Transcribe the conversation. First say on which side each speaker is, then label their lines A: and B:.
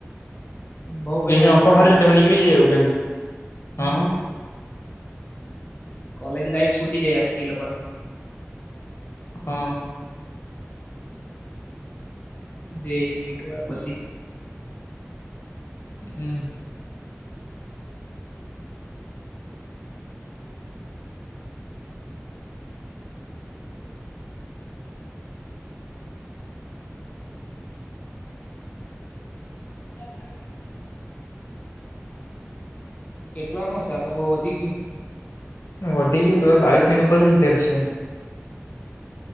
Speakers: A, on the left; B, on the left.
A: બહુ પૈસા
B: જેની ઓફર
A: ખર્ચે
B: હારી,
A: એ લોકો
B: તેવુ નીકળી જાય એવું કેમ? હા
A: હમ
B: હા.
A: કોલેજ લાઈફ સુટી જાય આખી એ લોકોને
B: હા.
A: જે નીટ વાર પછી.
B: હમ. <inaudible>
A: કેટલા નો છે? તો બઉુ વધી ગયું.
B: વધી ગયું કો? વાર બાવીસ મિનટ ઉપર બ નીકળશે.